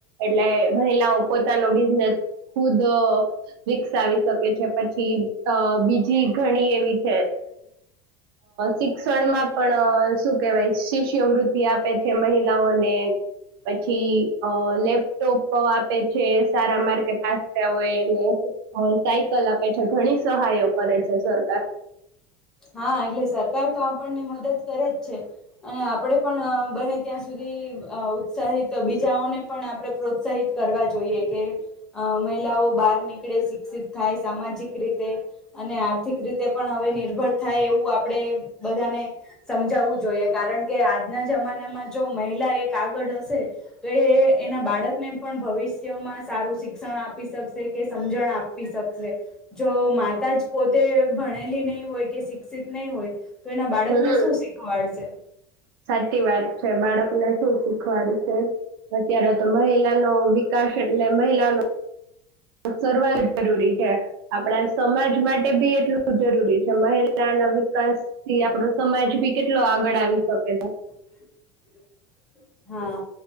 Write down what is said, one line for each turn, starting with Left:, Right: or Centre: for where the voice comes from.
Right: એટલે મહિલાઓ પોતાનો બિઝનેસ ખુદ વિકસાવી શકે છે પછી અ બીજી ઘણી એવી અ શિક્ષણમાં પણ શું કેવાય છે. શિષ્યવૃતિ આપે છે મહિલાઓને પછી અ લેપ ટોપ આપે છે સારા માર્કે પાસ થયા હોય એને સાયકલ આપે છે ઘણી ની સહાયો કરે છે સરકાર
Centre: હા એટલે સરકાર તો આપણને મદદ કરે જ છે અને આપડે પણ બને ત્યાં સુધી ઉત્સાહિત બીજાઓને પણ આપણે પ્રોત્સાહિત કરવા જોઈએ કે મહિલા ઓ બહાર નીકળે શિક્ષિત થાય સામાજિક રીતે અને આર્થિક રીતે પણ હવે નિર્ભર થાય એવું આપણે બધાને સમજાવવું જોઈએ કારણ કે આજના જમાનામાં જો મહિલા એક આગળ હશે તો એ એના બાળકને પણ ભવિષ્યમાં સારું શિક્ષણ આપી શક શે કે સમજણ આપી શકશે, જો માતા જ પોતે ભણેલી નહી હોય કે શિક્ષિત નહી હોય એના બાળકને
Right: હમ્મ,
Centre: શું શીખવાડશે
Right: સાચી વાત છે બાળકને શું શીખવાડ છે, અત્યારે તો મહિલાનો વિકાસ એટલે મહિલાનો <unintelligible> જરૂરી છે. આપણા સમાજ માટે બી એટલું જરૂરી છે, મહિલા ના વિકાસથી આપડો સમાજ ભી કેટલો આગળ આવી શકે છે.
Centre: <inaudible> હા